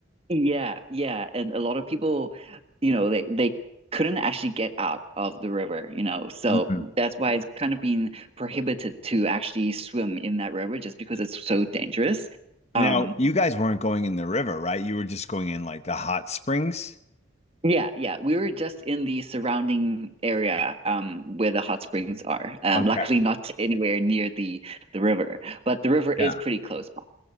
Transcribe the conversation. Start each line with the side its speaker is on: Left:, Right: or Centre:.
Right: Yeah, yeah, and a lot of people, you know, they they couldn't actually get out of the river, you know, so
Left: Mhm.
Right: that's why it's kind of been prohibited to actually swim in that river just because it's so dangerous.
Left: Now,
Right: Um,
Left: you guys weren't going in the river, right? You were just going in like the hot springs.
Right: yeah, yeah, we were just in the surrounding area, um, where the hot springs are. Um,
Left: Okay.
Right: luckily not anywhere near the the river, but the river is
Left: Yeah.
Right: pretty close by.